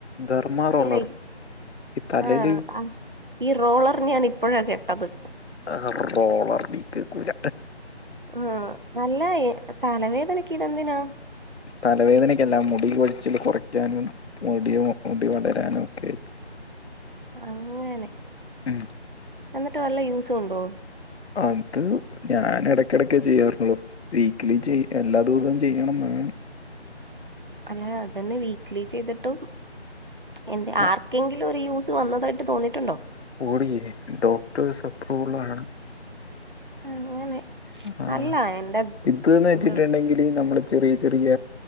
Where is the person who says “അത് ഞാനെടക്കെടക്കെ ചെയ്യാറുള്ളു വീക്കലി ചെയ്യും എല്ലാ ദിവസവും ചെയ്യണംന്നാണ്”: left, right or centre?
Left